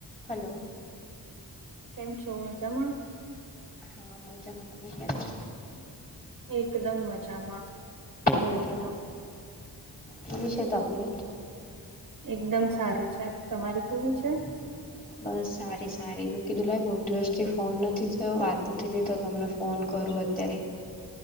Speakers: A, on the left; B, on the right.
A: Hello.
B: કેમ છો મજામાં.
A: હા મજામાં તમે કેમ છે.
B: એકદમ મજામાં બોલો
A: મજા
B: બોલો.
A: કેવી છે તબિયત.
B: એકદમ સારી છે તમારે કેવી છે.
A: <unintelligible> બસ સારી સારી મેં કીધું લાઈ બહુ દિવસ થી ફોન નથી થઈ વાત નથી થતો તમને. ફોન કરું અત્યારે.